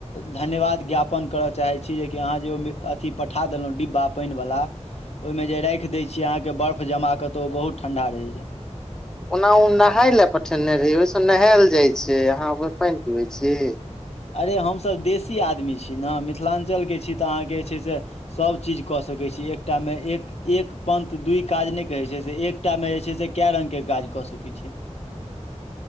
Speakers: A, on the left; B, in the centre.
A: धन्यवाद ज्ञापन करय चाहै छी जेकि अहाँ जे ओ अथिी पठा देलहुँ डिब्बा पानिवला ओहिमे जे राखि दै छीियै अहाँके बर्फ जमा कऽ तऽ ओ बहुत ठण्ढा रहैए।
B: ओना ओ नहााय लए पठेने रहिै ओहिसँ नहायल जाइत छै अहाँ ओहि पानि पीबैत छी।
A: अरे हमसभ देशी आदमी छी ने मिथिलाञ्चलके छी तऽ अहाँके जे छै से सभचीज कऽ सकै छी एकटामे एक एक पन्थ दूइ काज नहि कहै छै से एक टामे जे छै से कए रङ्गके काज कऽ सकै छी।